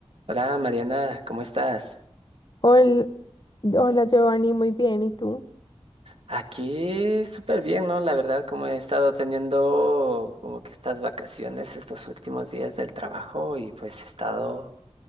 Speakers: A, on the right (about 65°); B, on the left (about 45°).
A: Hola Mariana, ¿cómo estás?
B: Hola, hola Giovanni, muy bien. ¿Y tú?
A: Aquí súper bien, ¿no? La verdad, como he estado teniendo como que estas vacaciones estos últimos días del trabajo y pues he estado